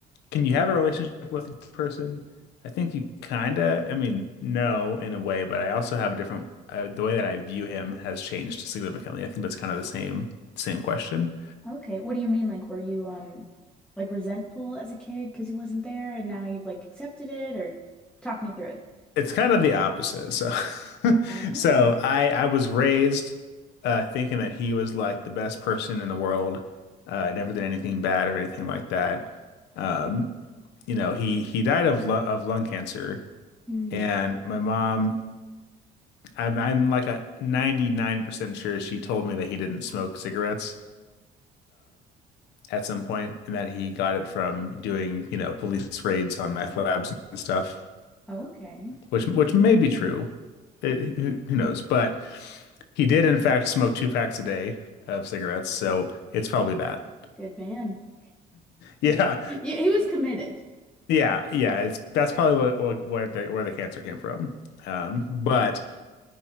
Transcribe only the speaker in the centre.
Okay, what do you mean? Like, were you um, like resentful as a kid because he wasn't there, and now you've like accepted it, or talk me through it?
Oh,
hmm.
Okay,
good man. <laughs>
You, he was committed.